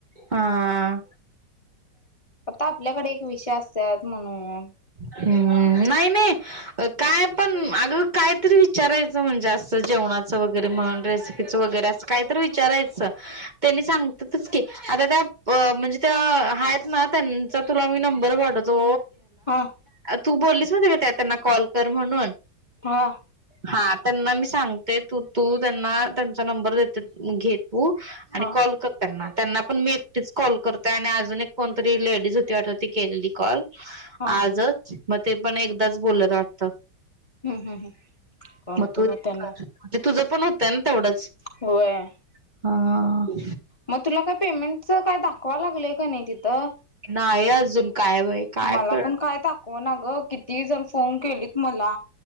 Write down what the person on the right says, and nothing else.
हा.
ह् नाही नाही काय पण अग कायतरी विचारायचं म्हणजे असं जेवणा काहीतरी विचारायचं जेवणाचं वगैरे रेसिपी असं काहीतरी विचारायचं त्यांनी सांगतातच म्हणजे त्या आहेत ना त्यां तुला नंबर पाठवतो.
तू बोललीस त्यांना कॉल कर म्हणून
ह त्यां मी साग सांगते तू तू त्यांना त्यांचा नंबर देत घे तू आणि
कॉल कर त्यांना त्यांना पण मी एकटीच कॉल करते आणि अजून एक कोणतरी लेडीज होती वाटतती केलेली कॉल
आजच मग ते पण एकदाच बोलत वाटते.
तू
कर ते तुझं पण होतंय तेवढंच.
हा
नाही आहे अजून काय वय काय
कळ